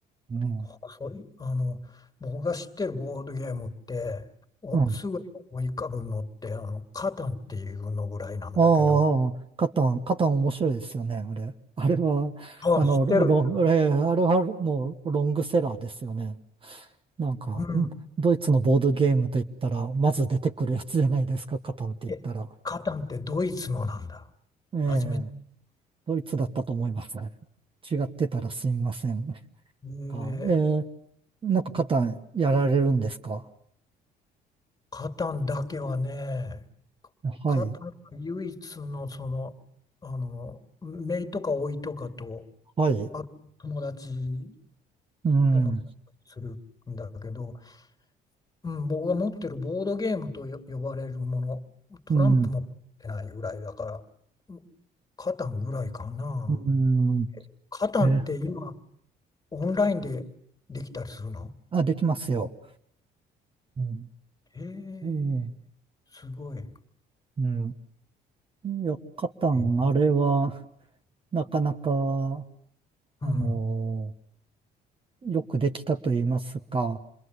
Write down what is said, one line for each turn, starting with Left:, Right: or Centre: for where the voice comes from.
Right: ね。
Left: あそうい、あの、僕が知ってるボードゲームって、お、
Right: うん。
Left: すぐに思い浮かぶのって、あの、カタンっていうのぐらいなんだけど、
Right: ああ、カタン、カタン面白いですよね、あれ。あれは、
Left: ああ、
Right: あの、
Left: 知ってる。
Right: ロロン、ああれはもうロングセラーですよね。なんか、
Left: うん。
Right: んドイツのボードゲームといったら、まず出てくるやつじゃないですか、カタンって言ったら。
Left: え、カタンってドイツのなんだ。
Right: ええ
Left: 初めて。
Right: ドイツだったと思いますね。違ってたらすみません。
Left: えー
Right: あ、えー、なんか肩やられるんですか
Left: カタンだけはね、
Right: はい、
Left: カタンが唯一のその、あの、姪とか甥とかと、
Right: はい。
Left: あ、友達
Right: うん、
Left: ともするんだけど、うん、僕が持ってるボードゲームとよ呼ばれるもの、トランプも持ってないぐらいだから、
Right: うん、
Left: うんカタンぐらいかな。
Right: うん。
Left: カタンって今、
Right: え、
Left: オンラインでできたりするの
Right: あ、できますよ。うん、
Left: へえ、
Right: うん、
Left: すごい。へ
Right: うん。いや、肩、
Left: え
Right: あれは、なかなか、あの
Left: うん。
Right: ーよくできたと言いますか、